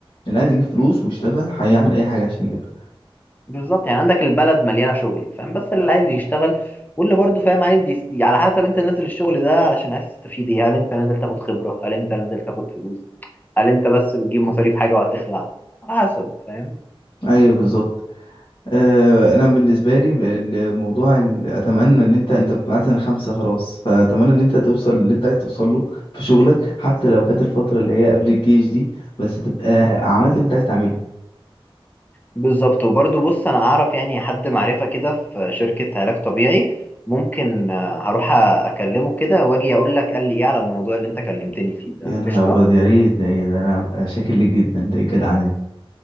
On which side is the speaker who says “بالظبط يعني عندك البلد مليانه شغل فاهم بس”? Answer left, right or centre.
Left